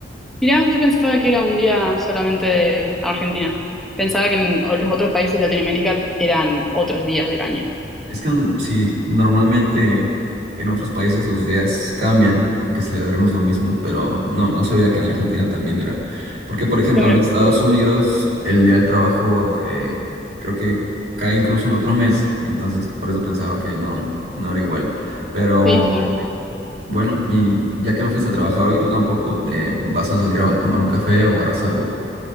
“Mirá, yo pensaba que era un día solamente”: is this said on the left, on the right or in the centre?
Centre